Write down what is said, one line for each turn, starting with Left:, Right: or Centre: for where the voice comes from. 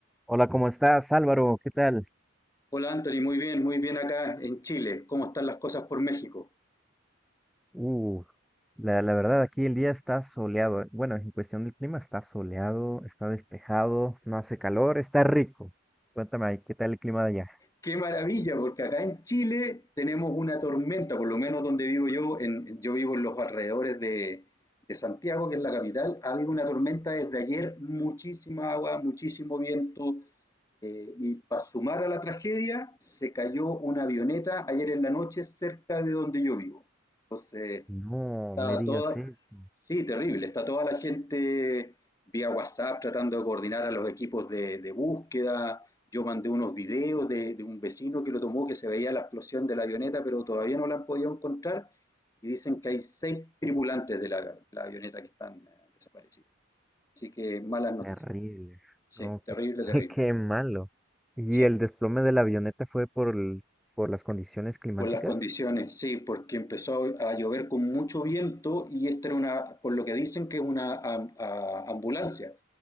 Centre: Hola, ¿cómo estás, Álvaro? ¿Qué tal?
Left: Hola Anthony, muy bien, muy bien acá en Chile. ¿Cómo están las cosas por México?
Centre: Uh, la, la verdad, aquí el día está soleado. eh, Bueno, en cuestión del clima está soleado, está despejado, no hace calor, está rico. Cuéntame ahí, ¿qué tal el clima de allá?
Left: Qué maravilla, porque acá en Chile tenemos una tormenta, por lo menos donde vivo yo, en- yo vivo en los alrededores de, de Santiago, que es la capital, ha habido una tormenta desde ayer, muchísima agua, muchísimo viento, eh, y para sumar a la tragedia, se cayó una avioneta ayer en la noche cerca de donde yo vivo. Entonces,
Centre: No
Left: Está
Centre: me digas
Left: toda,
Centre: eso,
Left: sí, terrible. Está toda la gente vía WhatsApp tratando de coordinar a los equipos de, de búsqueda. Yo mandé unos videos de, de un vecino que lo tomó, que se veía la explosión de la avioneta, pero todavía no la han podido encontrar. Y dicen que hay seis tripulantes de la, de la avioneta que están eh, desaparecidos. Así que malas noticias.
Centre: terrible.
Left: Sí,
Centre: No,
Left: terrible,
Centre: qué, <laughs>
Left: terrible.
Centre: qué malo. ¿Y
Left: Sí.
Centre: el desplome de la avioneta fue por, el- por las condiciones climáticas?
Left: Por las condiciones, sí, porque empezó a llover con mucho viento y esta era una, por lo que dicen que es una am- a- ambulancia,